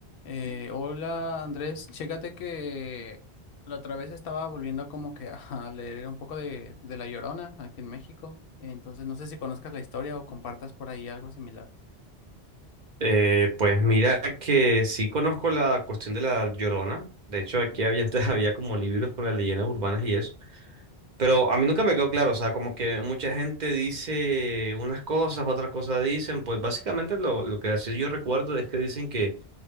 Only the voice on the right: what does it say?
Eh, pues mira que sí conozco la cuestión de la Llorona. De hecho,
aquí había <laughs> antes había como libros con las leyendas urbanas y eso. Pero
a mí nunca me quedó claro, o sea, como que mucha gente dice unas cosas, otras cosas dicen, pues básicamente lo, lo que así yo recuerdo es que dicen que